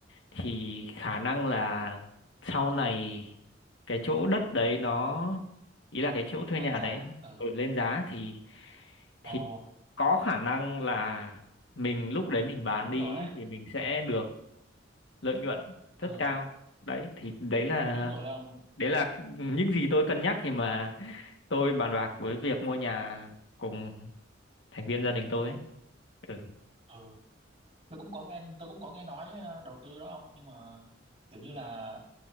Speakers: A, on the left; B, on the right.
A: thì khả năng là sau này cái chỗ đất đấy nó ý là cái chỗ thuê
B: lên
A: nhà
B: giá
A: đấy
B: ừ
A: ở lên giá thì thì
B: ồ
A: có khả năng là mình lúc đấy mình bán
B: đúng
A: đi
B: rồi
A: ý,
B: đấy
A: thì mình sẽ được lợi nhuận rất
B: ừ
A: cao đấy thì đấy là
B: đúng rồi đấy ông
A: đấy là những gì tôi cân nhắc khi mà tôi bàn bạc với việc mua nhà cùng thành viên gia đình tôi ấy. ừ
B: ừ tôi cũng có nghe tôi cũng có nghe nói ờ, đầu tư đó ông nhưng mà kiểu như là